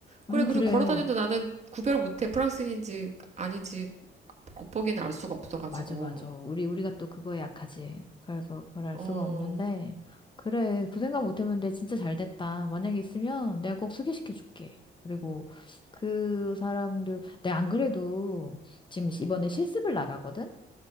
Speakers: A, on the right (about 35°); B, on the left (about 25°).
A: 그래,
B: 음,
A: 그리고
B: 그래.
A: 걸어 다녀도 나는 구별 못해. 프랑스인인지 아닌지 겉보기는 알 수가 없어가지고.
B: 맞아, 맞아. 우리, 우리가 또 그거에 약하지. 그래서 그걸 알
A: 어,
B: 수가 없는데. 그래, 그 생각 못 해봤는데 진짜 잘 됐다. 만약에 있으면 내가 꼭 소개시켜줄게. 그리고 그 사람들, 내가 안 그래도 지금 이번에 실습을 나가거든?